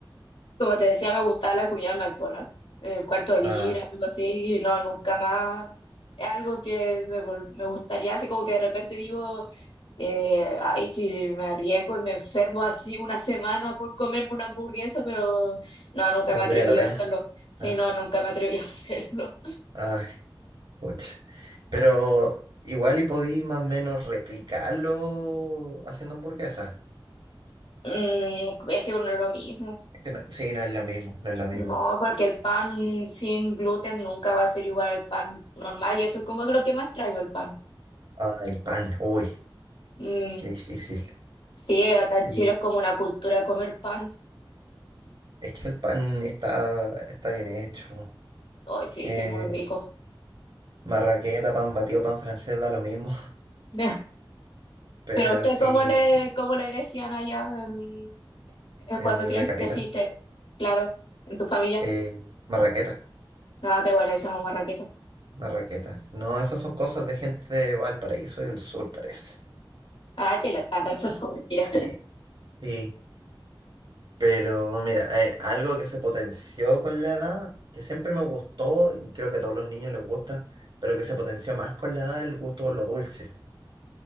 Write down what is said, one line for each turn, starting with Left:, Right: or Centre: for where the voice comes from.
Left: Como te decía, me gustaba la comida en McDonald's, el cuarto de libra,
Right: Ah,
Left: algo así, y no, nunca más. Es algo que me, vol- me gustaría, así como que de repente digo, eh, ay, si me arriesgo y me enfermo así una semana por comerme una hamburguesa, pero no, nunca
Right: valdría
Left: me atreví
Right: la pena.
Left: a hacerlo. Sí,
Right: Ah,
Left: no, nunca me atreví a <laughs> hacerlo.
Right: ah. Pucha. Pero igual y podí más o menos replicarlo haciendo hamburguesas.
Left: Mm, es que uno es lo mismo.
Right: Es que no- sí, no es lo mismo, no es lo mismo.
Left: No, porque el pan sin gluten nunca va a ser igual al pan normal, y eso es como lo que más extraño, el pan.
Right: Ah, el pan, uy,
Left: Mm,
Right: qué difícil.
Left: Sí, acá
Right: Sí,
Left: en Chile es como una cultura de comer pan.
Right: es que el pan está, está bien hecho.
Left: Ay, sí,
Right: Eh,
Left: sí, es muy rico.
Right: marraqueta, pan batido, pan francés, da lo mismo.
Left: Ya.
Right: <laughs> Pero
Left: Pero usted,
Right: sí,
Left: ¿cómo le,
Right: en
Left: cómo le decían allá en, en
Right: en
Left: cuando cre-
Right: la capital.
Left: creciste? Claro, en tu familia.
Right: eh, marraqueta,
Left: No, acá igual le decíamos marraqueta.
Right: marraquetas. No, esas son cosas de gente de Valparaíso y del sur, parece.
Left: Ah, que la tarde, <laughs> no, mentira.
Right: Sí, sí. Pero mira, eh, algo que se potenció con la edad, que siempre me gustó y creo que a todos los niños les gusta, pero que se potenció más con la edad, el gusto por lo dulce.